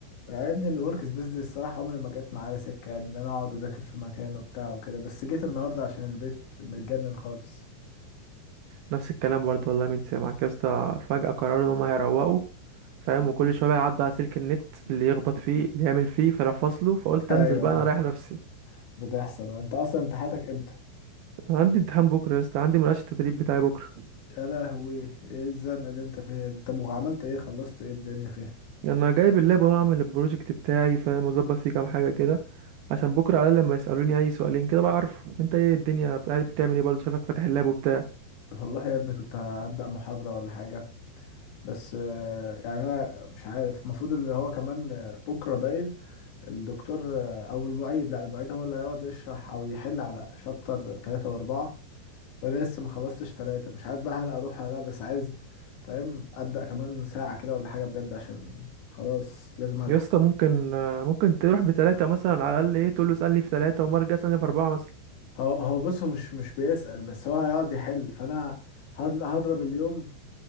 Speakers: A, on the left; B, on the right.
A: طيب يا ابني الورك سبيس دي الصراحة عمري ما جت معايا سكة يعني ان انا اقعد اذاكر في مكان وبتاع وكده بس جيت النهاردة عشان البيت متجنن خالص
B: نفس الكلام برضه والله مين سمعك يا اسطى فجاه قرروا ان هم هيروقوا فاهم وكل شويه بقى يعدوا على سلك النت اللي يخبط فيه اللي يعمل فيه فراح فاصله فقلت
A: <laughs> ايوه
B: انزل بقى انا رايح نفسي
A: بتحصل انت اصلا امتحاناتك امتى
B: انا عندي امتحان بكره يا اسطى عندي مناقشه التدريب بتاعي بكره
A: يا لهوي ايه الزنقة اللي انت فيها دي طب وعملت ايه خلصت ايه الدنيا فيها
B: انا جايب اللاب اهو اعمل البروجكت بتاعي فاهم وظبط فيه كام حاجه كده عشان بكره على الأقل لما يسالوني اي سؤالين كده بقى عارفه انت ايه الدنيا قاعد بتعمل ايه برضه شايفك فاتح اللاب وبتاع
A: والله يا ابني كنت هبدأ محاضرة ولا حاجة بس آه، يعني أنا مش عارف المفروض اللي هو كمان آه، بكرة باين الدكتور آه، او المعيد لا المعيد هو اللي هيقعد يشرح او يحل على شابتر ثلاثة واربعة وانا لسه ما خلصتش ثلاثة مش عارف بقى هل اروح ولا لا بس عايز فاهم ابدا كمان ساعة كده ولا حاجة بجد عشان خلاص لازم الحق
B: يا اسطى ممكن آه، ممكن تروح بتلاتة مثلا على الأقل ايه تقول له اسألني في تلاتة وما ارجع اسألني في أربعة مثلا
A: هو هو بص هو مش مش بيسأل بس هو هيقعد يحل فانا هض- هضرب اليوم